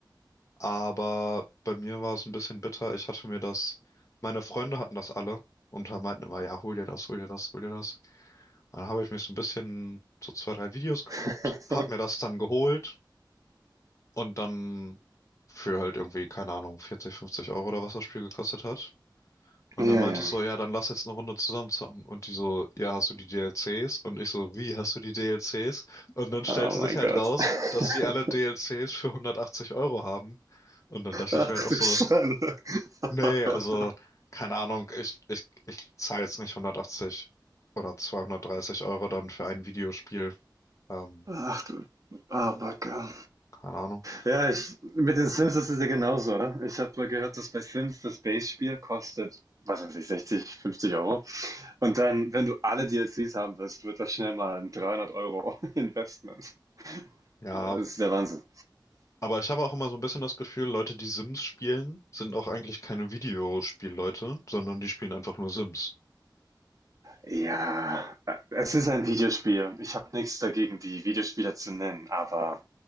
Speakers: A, on the left (about 40°); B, on the right (about 45°).
A: Aber bei mir war es ein bisschen bitter. Ich hatte mir das, meine Freunde hatten das alle und haben- meinten immer, ja, hol dir das, hol dir das, hol dir das. Und dann habe ich mir so ein bisschen so zwei, drei Videos geguckt,
B: <laughs>
A: hab mir das dann geholt und dann für halt irgendwie, keine Ahnung, 40, 50 Euro oder was das Spiel gekostet hat. Und
B: Ja,
A: dann meinte
B: ja.
A: ich so, ja, dann lass jetzt eine Runde zusammen zocken. Und die so, ja, hast du die DLCs? Und ich so, wie hast du die DLCs? Und dann stellte
B: Oh mein
A: sich halt
B: Gott.
A: raus,
B: <laughs>
A: dass die alle DLCs für 180 Euro haben. Und dann dachte
B: Ach
A: ich mir halt auch
B: du
A: so,
B: Schande. <laughs>
A: Nee, also keine Ahnung, ich, ich, ich zahle jetzt nicht 180 oder 230 Euro dann für ein Videospiel. Ähm,
B: Ach du Abacke.
A: keine Ahnung.
B: Ja, ich, mit den Sims ist es ja genauso, oder? Ich habe gehört, dass bei Sims das Base-Spiel kostet, was weiß ich, 60, 50 Euro. Und dann, wenn du alle DLCs haben willst, wird das schnell mal ein 300 Euro <laughs> Investment.
A: Ja,
B: Das ist der Wahnsinn.
A: aber ich habe auch immer so ein bisschen das Gefühl, Leute, die Sims spielen, sind auch eigentlich keine Videospielleute, sondern die spielen einfach nur Sims.
B: Ja, es ist ein Videospiel. Ich habe nichts dagegen, die Videospiele zu nennen, aber